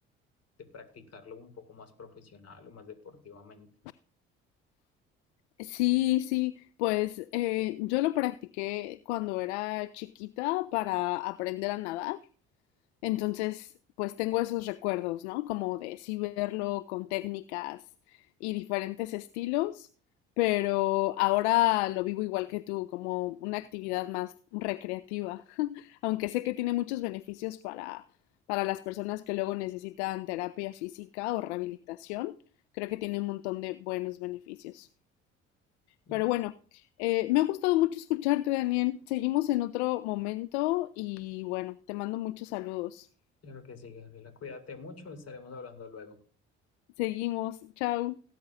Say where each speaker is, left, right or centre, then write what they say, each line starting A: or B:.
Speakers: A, on the left; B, on the left.
A: de practicarlo un poco más profesional o más deportivamente.
B: Sí, sí, pues eh, yo lo practiqué cuando era chiquita para aprender a nadar. Entonces, pues tengo esos recuerdos, ¿no? Como de sí verlo con técnicas y diferentes estilos, pero ahora lo vivo igual que tú, como una actividad más recreativa, <laughs> aunque sé que tiene muchos beneficios para, para las personas que luego necesitan terapia física o rehabilitación, creo que tiene un montón de buenos beneficios.
A: Y
B: Pero bueno, eh, me ha gustado mucho escucharte, Daniel. Seguimos en otro momento y bueno, te mando muchos saludos.
A: claro que sí, Gabriela, cuídate mucho, estaremos hablando luego.
B: Seguimos. Chao.